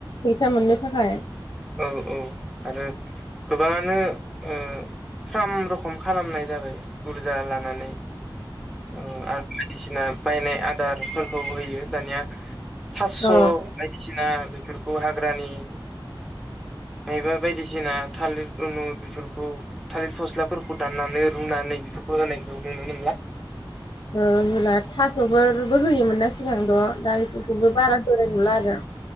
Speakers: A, on the left; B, in the centre.
A: फैसा मोननो थाखाय
B: औ औ आरो गोबाङानो ओ थाम रखम खालामनाय जाबाय बुरजा लानानै औ आरो बायदिसिना बायनाय आदारफोरखौ होयो दानिया फासस'
A: अ
B: बायदिसिना बेफोरखौ हाग्रानि मायबा बायदिसिना थालिर रुनु बेफोरखौ थालिर फस्लाफोरखौ दाननानै रुनानै बेफोरखौ होनायखौ नुनो मोनला
A: <unintelligible> थास'फोरबो होयोमोन ना सिगांथ' गायफोरखौबो बारा <unintelligible> नुला आरो